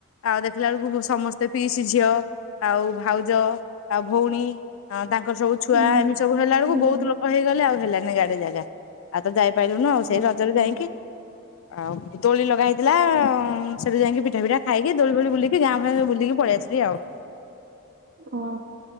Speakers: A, on the left; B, on the right.
A: ଆଉ ଦେଖିଲା ବେଳକୁ ସମସ୍ତେ ପିଇସି ଝିଅ। ଆଉ ଭାଉଜ ଆଉ ଭଉଣୀ ତାଙ୍କର ସବୁ ଛୁଆ
B: ହୁଁ
A: ଏମି ସବୁ ହେଲା ବେଳକୁ
B: ହୁଁ
A: ବହୁତ ଲୋକ ହେଇଗଲେ ଆଉ ହେଲାନି ଗାଡିରେ ଜାଗା। ଆଉ ତ ଯାଇପାରିଲୁନୁ ଆଉ ସେଇ
B: ଓହୋ।
A: ରଜରେ ଯାଇକି ଆଉ ଦୋଳି ଲଗା ହେଇଥିଲା ଉଁ ସେଠୁ ଯାଇକି ପିଠା ପିଠା ଖାଇକି ଦୋଳି ଫୋଳି ବୁଲି କି ଗାଁ ଫା ରେ ବୁଲିକି ପଳେଇ ଆସିଲି ଆଉ।
B: ଓହୋ।